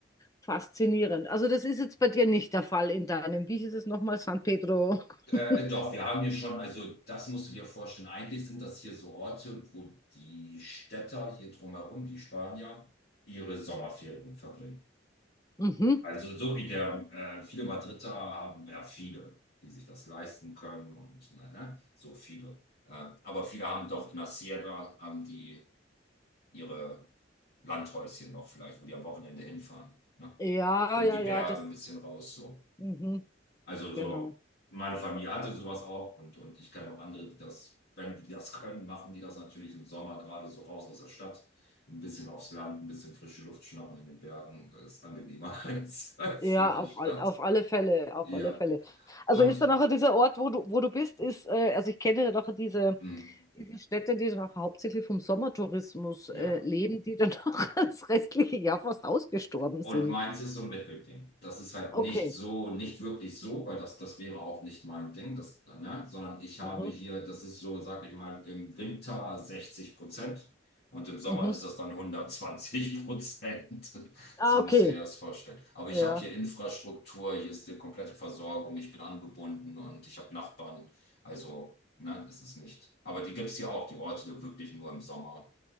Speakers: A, on the left (about 20°); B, on the left (about 55°).
A: faszinierend. Also das ist jetzt bei dir nicht der Fall in deinem, wie hieß es nochmal, San Pedro?
B: Äh,
A: <laughs>
B: doch, wir haben hier schon, also das musst du dir vorstellen. Eigentlich sind das hier so Orte, wo die Städter hier drumherum, die Spanier, ihre Sommerferien verbringen.
A: Mhm.
B: Also so wie der, äh, viele Madrider haben ja viele, die sich das leisten können und ne, ne, so viele. Äh, aber viele haben doch in der Sierra, haben die ihre Landhäuschen noch vielleicht, wo die am Wochenende hinfahren. Ne?
A: Ja,
B: In
A: ja,
B: die Berge
A: ja, das,
B: ein bisschen raus so.
A: mhm.
B: Also
A: Genau.
B: so, meine Familie hatte sowas auch und, und ich kenne auch andere, die das, wenn die das können, machen die das natürlich im Sommer gerade so raus aus der Stadt. Ein bisschen aufs Land, ein bisschen frische Luft schnappen in den Bergen ist angenehmer <laughs> als, als
A: Ja,
B: in der
A: auf,
B: Stadt.
A: all, auf alle Fälle, auf
B: Ja.
A: alle Fälle. Also
B: Und
A: ist dann nachher dieser Ort, wo du, wo du bist, ist, äh, also ich kenne dann nachher diese,
B: mh,
A: diese Städte, die dann auch hauptsächlich vom Sommertourismus äh,
B: ja.
A: leben, die dann auch <laughs> das restliche Jahr fast ausgestorben
B: Und
A: sind.
B: meins ist so ein Mittelding. Das ist halt nicht
A: Okay.
B: so, nicht wirklich so, weil das, das wäre auch nicht mein Ding, das, ne? Sondern ich habe
A: Mhm.
B: hier, das ist so, sag ich mal, im Winter 60 Prozent und im Sommer
A: Mhm.
B: ist das dann 120 Prozent. <laughs>
A: Ah,
B: So
A: okay.
B: musst du dir das vorstellen. Aber
A: Ja.
B: ich habe hier Infrastruktur, hier ist die komplette Versorgung, ich bin angebunden und ich habe Nachbarn. Also, ne, ist es nicht. Aber die gibt es hier auch, die Orte wirklich nur im Sommer.